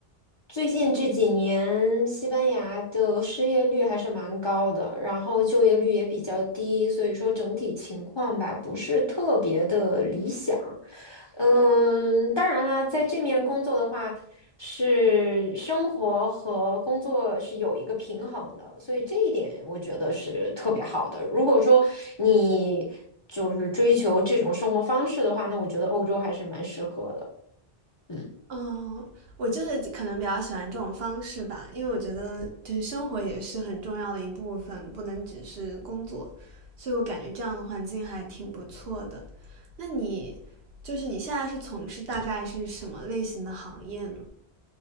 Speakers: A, on the left; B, on the right.
A: 最近这几年西班牙的失业率还是蛮高的，然后就业率也比较低，所以说整体情况吧，不是特别的理想。嗯，当然啦，在这面工作的话，是生活和工作是有一个平衡的，所以这一点我觉得是特别好的。如果说你就是追求这种生活方式的话，那我觉得欧洲还是蛮适合的。嗯。
B: 嗯，我就是可能比较喜欢这种方式吧，因为我觉得就是生活也是很重要的一部分，不能只是工作，所以我感觉这样的环境还挺不错的。那你就是你现在是从事大概是什么类型的行业呢？